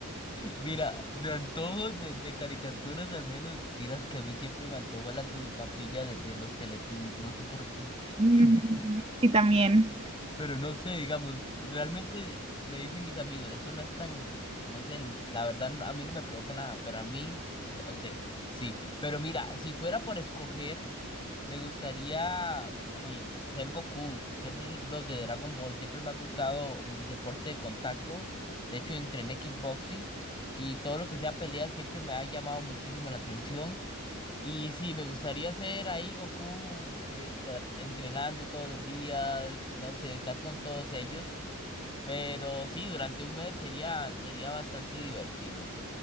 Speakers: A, on the left; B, on the right.
A: Mira, de antojos de, de caricaturas al menos, vieras que a mí siempre me antojó la tubipapilla de, de los Teletubbies, no sé por qué.
B: Mm,
A: <laughs>
B: Y también.
A: Pero no sé, digamos, realmente me dicen mis amigos, eso no es tan, no sé, n- la verdad no- a mí no me provoca nada, pero a mí, s- no sé, sí. Pero mira, si fuera por escoger, me gustaría, ay, ser Goku, ser de los de Dragon Ball, siempre me ha gustado el deporte de contacto, de hecho entrené kickboxing y todo lo que sea peleas siempre me ha llamado muchísimo la atención. Y sí, me gustaría ser ahí Goku eh, tra- entrenando todos los días, no sé, estar con todos ellos, pero sí, durante un mes sería sería bastante divertido.